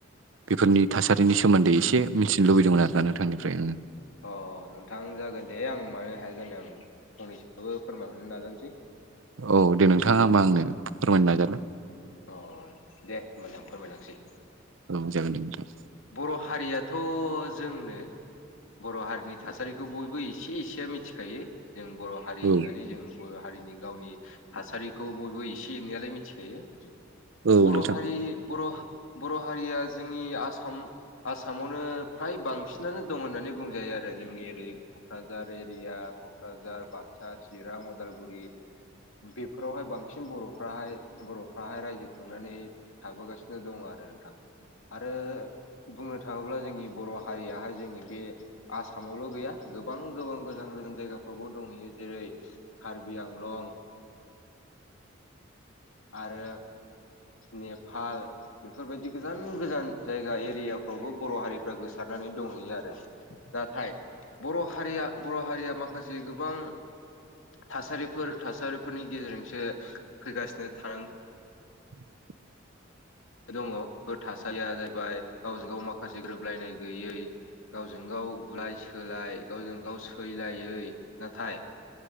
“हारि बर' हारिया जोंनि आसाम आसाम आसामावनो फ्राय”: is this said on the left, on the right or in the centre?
Left